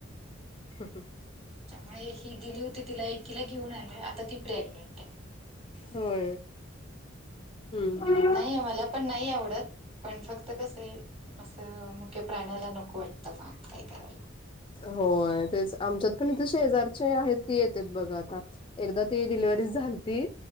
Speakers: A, on the left; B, on the right.
A: हम हम.
B: त्यामुळे ही दिली होती तिला एकीला घेऊन आले आता ती प्रेग्नेंट आहे.
A: होय. हम्म.
B: नाही आम्हाला पण नाही आवडत पण फक्त तर कसं आहे असं मुख्य प्राण्याला नको वाटतं मग काय करायला.
A: होय तेच आमच्यात पण इथे शेजारचे आहेत ती येतेत बघा आता. एकदा ती डिलिव्ही झालती.